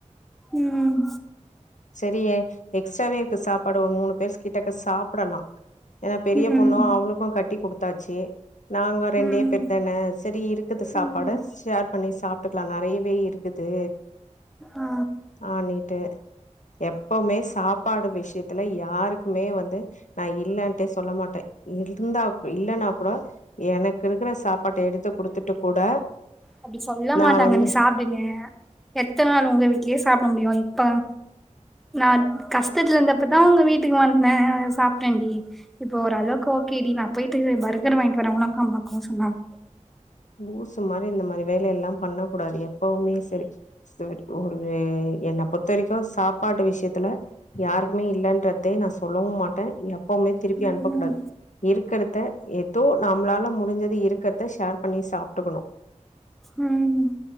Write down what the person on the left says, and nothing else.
சரிய எக்ஸ்ட்ராாவே இருக்கு சாப்பாடு ஒரு மூணு பேரு கிட்ட சாப்பிடலா ஏன்னா பெரிய
பொண்ணு அவளுக்கு கட்டி கொடுக் தாச்சு நாங்க ரெண்டே
பேர் தானே சரி இருக்குது சாப்பாடு
ஷேர்ப் பண்ணி சாப்பிட்டுக்கலா நிறையவே இருக்குது
ஆ நீட்டு எப்பவுமே சாப்பாடு விஷயத்த த்துல யாருக்குமே வந்து நான் இல்லன்னே சொல்ல மாட்டே இருந்தா இல்லைன்னா கூட எனக்கு இருக்கிற சாப்பாட்டை எடுத்து குடுத்துட்டு கூட
நா
வந்து
லூசு மாதிரி இந்த மாதிரி வேலை எல்லா பண்ண கூடாது எப்பவுமே சரி செர் ஒரு என்ன பொறுத்த வரைக்கு சாப்பாடு விஷயத்துல யாருக்குமே இல்லன்றதே நா சொல்லவு மாட்டே எப்பவுமே திருப்பி
அனுப்பக் கூடாது இருக்கிறத ஏதோ நம்மளால முடிஞ்சது இருக்கிறத ஷேர் சாப்பிட்டுக்கணு